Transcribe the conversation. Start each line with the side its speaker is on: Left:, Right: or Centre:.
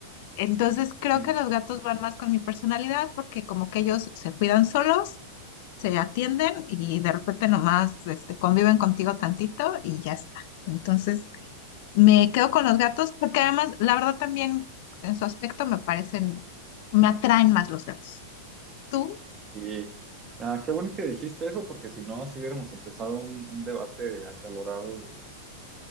Left: Entonces creo
Right: Ujú.
Left: que los gatos van más con mi personalidad porque como que ellos se cuidan solos, se atienden y de repente nomás este, conviven contigo tantito y ya está. Entonces me quedo con los gatos porque además la verdad también en su aspecto me parecen, me atraen más los gatos. ¿Tú?
Right: Y ah, qué bueno que dijiste eso, porque si no, si hubiéramos empezado un, un debate acalorado de,